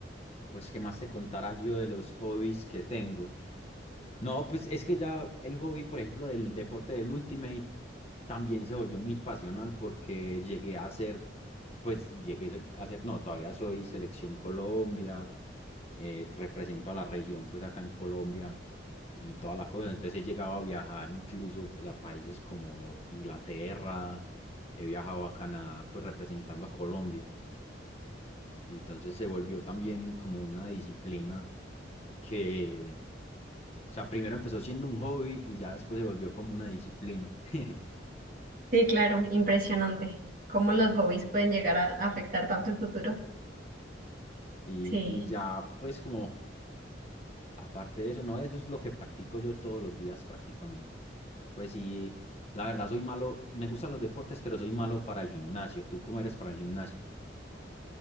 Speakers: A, on the left; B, on the right.
A: Pues, ¿qué más te contara yo de los hobbies que tengo? No, pues es que ya el hobby, por ejemplo, del deporte del Ultimate también se volvió muy pasional porque llegué a ser, pues llegué so, a ser, no, todavía soy selección Colombia, eh, represento a la región, pues acá en Colombia y toda la cosa. Entonces he llegado a viajar incluso pues a países como Inglaterra, he viajado a Canadá, pues representando a Colombia. Entonces se volvió también como una disciplina que, o sea, primero empezó siendo un hobby y ya después se volvió como una disciplina. <laughs>
B: Sí, claro, impresionante. Cómo los hobbies pueden llegar a afectar tanto el futuro.
A: Sí,
B: Sí.
A: y ya pues como aparte de eso, no, eso es lo que practico yo todos los días prácticamente. Pues sí, la verdad soy malo, me gustan los deportes, pero soy malo para el gimnasio. ¿Tú cómo eres para el gimnasio?